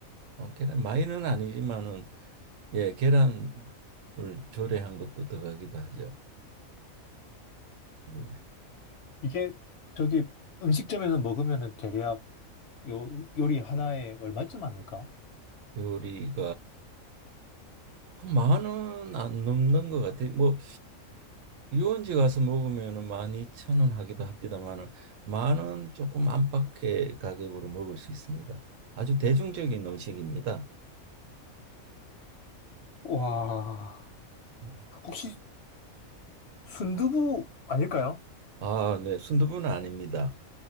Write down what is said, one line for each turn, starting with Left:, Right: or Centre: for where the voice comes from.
Right: 어, 계란 많이는 아니지만은 예, 계란을 조리한 것도 들어가기도 하죠. 예.
Left: 이게 저기 음식점에서 먹으면은 대략 요 요리 하나에 얼마쯤 합니까?
Right: 요리가 한 만 원 안 넘는 것 같아. 뭐 유원지 가서 먹으면은 만 이천 원 하기도 합니다만은 만 원 조금 안팎의 가격으로 먹을 수 있습니다. 아주 대중적인 음식입니다.
Left: 와,
Right: 네.
Left: 혹시 순두부 아닐까요?
Right: 아, 네, 순두부는 아닙니다.